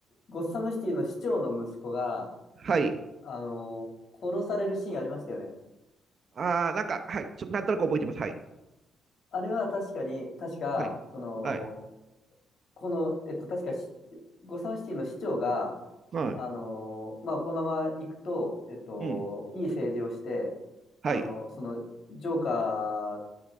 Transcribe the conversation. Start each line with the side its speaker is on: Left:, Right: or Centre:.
Left: ゴッサムシティの市長の息子が、
Right: はい。
Left: あの、殺されるシーンありましたよね。
Right: ああ、なんか、はい。ちょっと、なんとなく覚えてます。はい。
Left: あれは確かに、確か、
Right: はい。
Left: その、
Right: はい。
Left: この、えっと、確かし、ゴサムシティの市長が、
Right: はい。
Left: あの、まあ、このまま行くと、えっと、
Right: うん。
Left: いい政治をして、
Right: はい。
Left: あの、その、ジョーカ